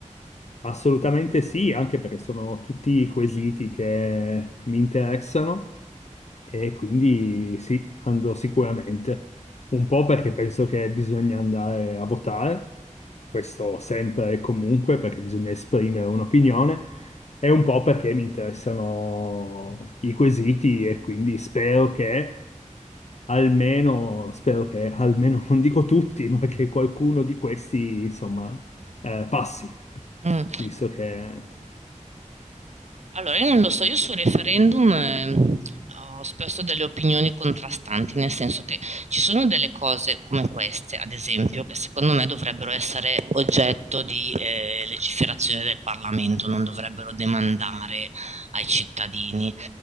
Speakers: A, on the left; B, on the right.
A: Assolutamente sì, anche perché sono tutti quesiti che mi interessano e quindi sì, andrò sicuramente. Un po' perché penso che bisogna andare a votare, questo sempre e comunque, perché bisogna esprimere un'opinione, e un po' perché mi interessano i quesiti e quindi spero che almeno, spero che almeno, non dico tutti, <laughs> ma che qualcuno di questi, insomma, eh, passi
B: Mm.
A: visto che...
B: Allora, io non lo so, io sul referendum eh, ho spesso delle opinioni contrastanti, nel senso che ci sono delle cose come queste, ad esempio, che secondo me dovrebbero essere oggetto di eh, legiferazione del Parlamento, non dovrebbero demandare ai cittadini,